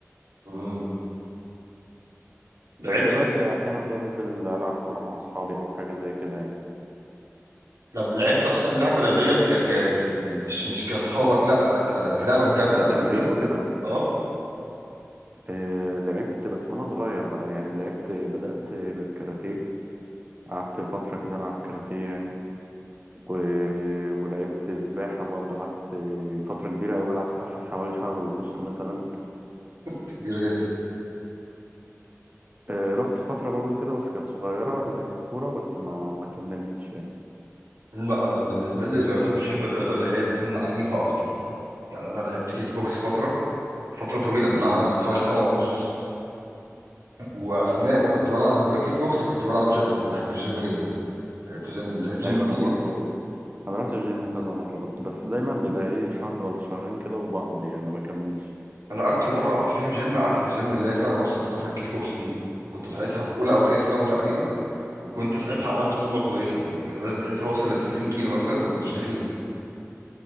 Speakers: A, on the right; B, on the right.
A: امم لعبت
B: بس دلوقتي أحيانا بنزل ألعب كورة مع أصحابي أو حاجة زي كده يعني
A: لعب- لعبت اصلا لعبه رياضيه ك... ك... ك... مش مش كاصحابك لا ك... كلعبه بجد
B: كتمرين
A: قبل كده
B: وكده
A: اه
B: آه، لعبت بس وأنا صغير بقى يعني لعبت بدأت بالكاراتيه قعدت فترة كده ألعب كاراتيه يعني و... ولعبت سباحة برضو قعدت فترة كبيرة أوي بلعب سباحة حوالي شهر ونص مثلا
A: كبيره جدا
B: آه، رحت فترة برضو كده بس كانت صغيرة لعبت كورة بس ما ما كملتش يعني
A: لا انا بالنسبه لي الرياضات بحب الرياضه اللي هي تكون عنيفه اكتر يعني انا لعبت كيك بوكس فتره فتره طويله بتاع
B: امم
A: مثلا حوالي سنه ونص واثناء ما كنت بلعب كيك بوكس كنت بلعب جيم انا بحب الجيم جدا لعبت جيم لعبت جيم
B: ايوه
A: كتير
B: انا برضو انا رحت الجيم كذا مرة برضو بس دايما بيبقى ايه شهر ولا شهرين كده وبقعد يعني ما بكملش
A: انا اكتر مره قعدت فيها في جيم قعدت في الجيم اللي هي سنه ونص في فتره الكيك بوكس دي كنت ساعتها في اولى او تانية ثانوي تقريبا وكنت ساعتها عملت فورمه كويسه يعني كان وزني ساعتها وصل ل 90 كيلو مثلا وما كنتش تخين